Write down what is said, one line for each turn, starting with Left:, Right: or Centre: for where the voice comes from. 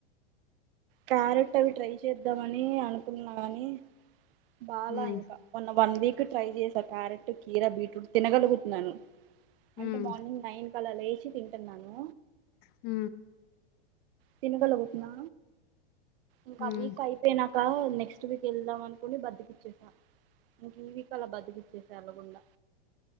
Right: క్యారెట్ అవి ట్రై చేద్దామని అనుకుంటున్నా కాని బాాల
Left: హ్మ్
Right: ఇంకా కొన్న వన్ వీక్ ట్రై చేసా క్యారెట్ కీరా బీట్రూట్ తినగలుగుతున్నాను
Left: హ్మ్
Right: అంటే మార్నింగ్ నైన్ అలా లేచి తింటున్నాను
Left: హ
Right: తినకల బతున్నా ఇకాభ
Left: హ్మ్
Right: కా పేనా ఇంకా నెక్స్ట్ వీక్ వెళ్దాం అనుకుని బద్దకిచ్చేసాం ఇంక జీవకలా బతుకిచ్చేసా అలగండా